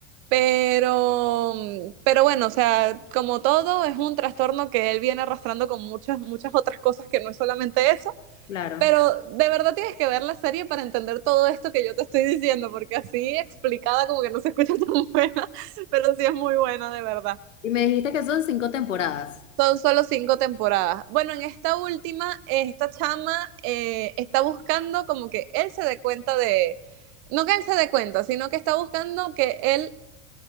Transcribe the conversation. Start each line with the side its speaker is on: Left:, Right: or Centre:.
Right: Pero, mm, pero bueno, o sea, como todo, es un trastorno que él viene arrastrando con muchas, muchas otras cosas que no es solamente eso.
Left: claro.
Right: Pero de verdad tienes que ver la serie para entender todo esto que yo te estoy diciendo, porque así explicada como que no se escucha <laughs> tan buena, pero sí es muy buena de verdad.
Left: Y me dijiste que son cinco temporadas.
Right: Son solo cinco temporadas. Bueno, en esta última, esta chama eh, está buscando como que él se dé cuenta de, no que él se dé cuenta, sino que está buscando que él